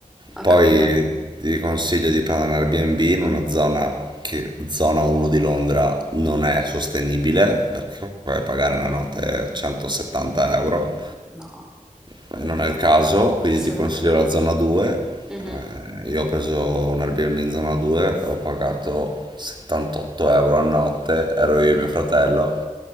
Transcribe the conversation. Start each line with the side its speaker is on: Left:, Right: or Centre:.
Centre: ho
Right: Poi
Centre: capito.
Right: ti consiglio di prendere un Airbnb in una zona che zona 1 di Londra non è sostenibile perché puoi pagare una notte 170 euro,
Centre: No,
Right: eh, non è il caso, quindi
Centre: assolutamente
Right: ti consiglio
Centre: no.
Right: la zona 2.
Centre: Mhm,
Right: Eh, io ho preso un Airbnb in zona 2, ho pagato 78 euro a notte, ero io
Centre: mhm,
Right: e mio fratello,